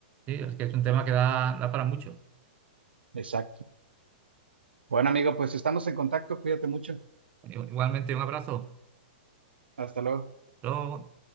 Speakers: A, on the right (about 30°); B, on the right (about 80°).
A: Sí, es que es un tema que da, da para mucho.
B: Exacto. Bueno, amigo, pues estamos en contacto, cuídate mucho.
A: Igualmente, un abrazo.
B: Hasta luego.
A: Hasta luego.